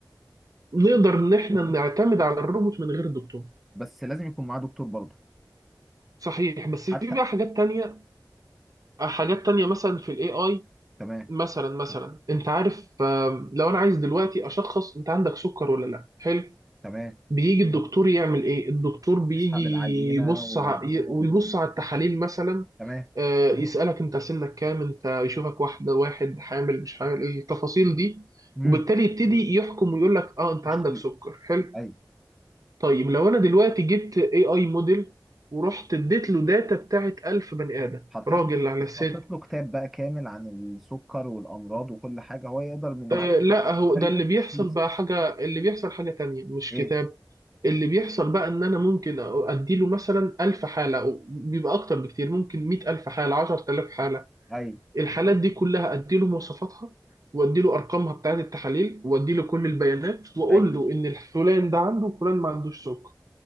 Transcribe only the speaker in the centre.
بس لازم يكون معاه دكتور برضه
حتى
تمام
تمام
اسحب العينه
وبعد
كده
تمام
امم
مش
اكيد
ايوه
حطيت
له
حطيت له كتاب بقى كامل عن السكر والامراض وكل حاجه هو يقدر من
معلومات
قال
له
تشخيص
ايه
ايوه
ايوه